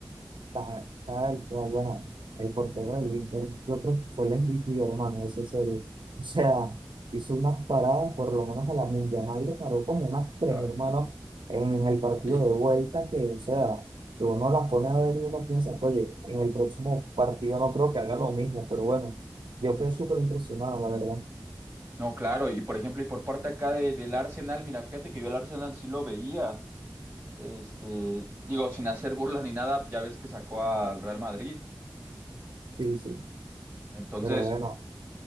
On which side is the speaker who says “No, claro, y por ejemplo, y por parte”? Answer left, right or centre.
Right